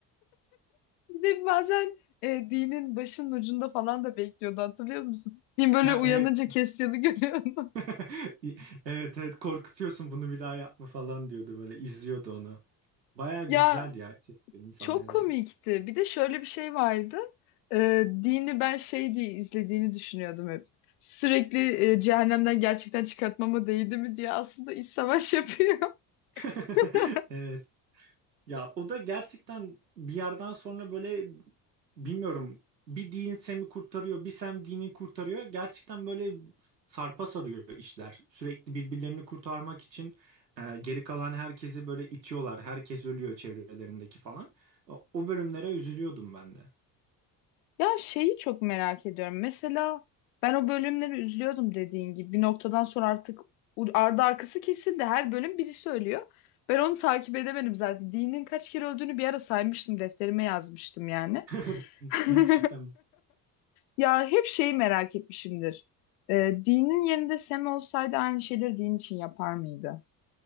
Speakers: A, on the left (about 65°); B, on the right (about 85°).
A: Bir de bazen e, dinin başının ucunda falan da bekliyordu hatırlıyor musun? Din böyle
B: Ha,
A: uyanınca
B: evet.
A: kestiğini görüyordum. <laughs>
B: <laughs> Evet evet korkutuyorsun bunu bir daha yapma falan diyordu böyle izliyordu onu. Baya güzeldi
A: Ya
B: ya çektiğim sahneleri.
A: çok komikti. Bir de şöyle bir şey vardı. E, dini ben şey diye izlediğini düşünüyordum hep. Sürekli e, cehennemden gerçekten çıkartmama değdi mi diye aslında iç savaş yapıyor.
B: <laughs>
A: <laughs>
B: Evet. Ya o da gerçekten bir yerden sonra böyle bilmiyorum bir Dean Sam'i kurtarıyor bir Sam Dean'i kurtarıyor. Gerçekten böyle sarpa sarıyor işler. Sürekli birbirlerini kurtarmak için e, geri kalan herkesi böyle itiyorlar. Herkes ölüyor çevrelerindeki falan. O, o bölümlere üzülüyordum ben de.
A: Ya şeyi çok merak ediyorum. Mesela ben o bölümleri üzülüyordum dediğin gibi. Bir noktadan sonra artık u- ardı arkası kesildi. Her bölüm biri söylüyor. Ben onu takip edemedim zaten. Dean'in kaç kere öldüğünü bir ara saymıştım. Defterime yazmıştım yani.
B: <laughs>
A: <laughs>
B: Gerçekten.
A: Ya hep şeyi merak etmişimdir. Ee, Dean'in yerinde Sam olsaydı aynı şeyleri Dean için yapar mıydı?